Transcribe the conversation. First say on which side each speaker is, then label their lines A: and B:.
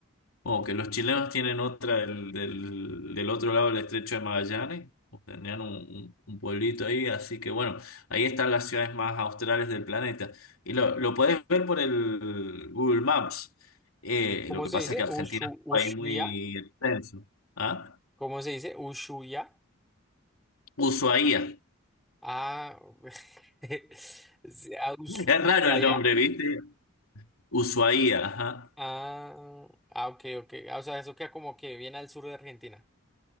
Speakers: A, on the left; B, in the centre.
A: o que los chilenos tienen otra del, del, del otro lado del estrecho de Magallanes, o tenían un, un- un pueblito ahí, así que bueno, ahí están las ciudades más australes del planeta. Y lo, lo podés ver por el Google Maps. Eh,
B: ¿Cómo
A: lo que
B: se
A: pasa
B: dice?
A: es que Argentina
B: Ushu,
A: es un
B: Ushuaia.
A: país muy extenso. ¿Ah?
B: ¿Cómo se dice? Ushuaia.
A: Ushuaía.
B: Ah, <laughs> sí, ah, Usu-
A: Es
B: Ushuaia.
A: raro el nombre, ¿viste? Ushuaía, ajá.
B: Ah, ah, ok, ok. Ah, o sea, eso queda como que bien al sur de Argentina.